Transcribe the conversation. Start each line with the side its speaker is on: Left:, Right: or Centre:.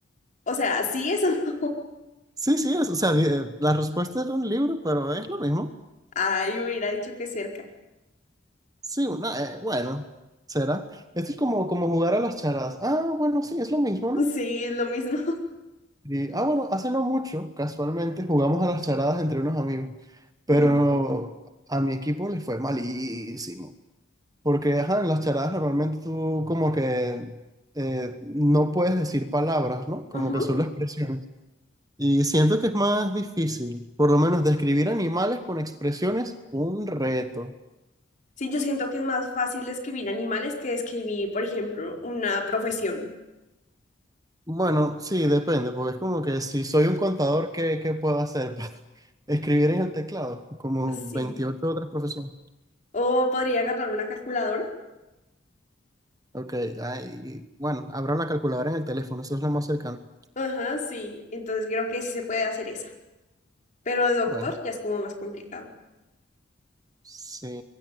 Left: O sea, sí, eso no. <laughs>
Right: Sí, sí, es- o sea, di- eh, la respuesta era un libro, pero es lo mismo.
Left: Ay, hubiera dicho que cerca.
Right: Sí, una, eh, bueno, será. Esto es como, como jugar a las charadas. Ah, bueno, sí, es lo mismo, ¿no?
Left: Sí, es lo mismo.
Right: Y, ah, bueno, hace no mucho, casualmente, jugamos a las charadas entre unos amigos, pero
Left: <laughs> Ujú,
Right: a mi equipo le fue malísimo. Porque, ajá, en las charadas normalmente tú como que eh, no puedes decir palabras, ¿no? Como
Left: ujú.
Right: que solo expresiones. Y siento que es más difícil, por lo menos describir animales con expresiones, un reto.
Left: Sí, yo siento que es más fácil escribir animales que escribir por ejemplo, una profesión.
Right: Bueno, sí, depende, porque es como que si soy un contador, ¿qué, qué puedo hacer para <laughs> escribir en el teclado? Como
Left: Sí.
Right: 28 otras profesiones.
Left: O podría agarrar una calculadora.
Right: Ok, ahí, bueno, abro la calculadora en el teléfono, eso es lo más cercano.
Left: Ajá, sí. Entonces creo que sí se puede hacer esa. Pero de doctor
Right: Bueno,
Left: ya es como más complicado.
Right: sí,